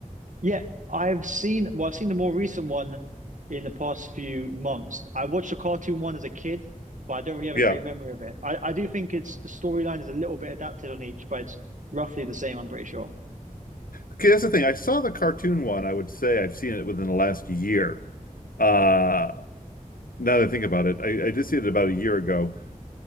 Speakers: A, on the right; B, on the left.
A: yeah, I've seen. Well, I've seen the more recent one in the past few months. I watched the cartoon one as a kid, but I don't really have
B: Yeah.
A: a great memory of it. I, I do think it's the storyline is a little bit adapted on each, but it's roughly the same. I'm pretty sure.
B: Okay, that's the thing. I saw the cartoon one. I would say I've seen it within the last year. Uh, now that I think about it, I, I did see it about a year ago.